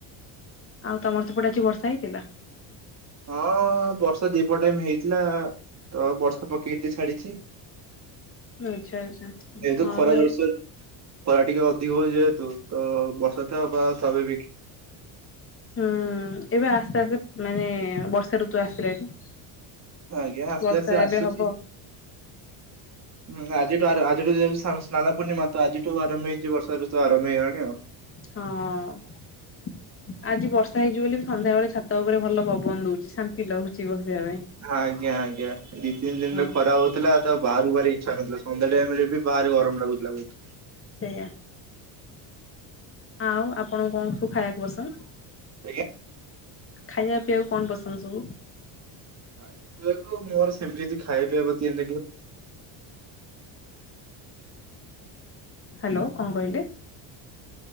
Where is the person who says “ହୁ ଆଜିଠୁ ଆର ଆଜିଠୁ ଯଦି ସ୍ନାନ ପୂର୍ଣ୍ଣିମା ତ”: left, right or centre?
Right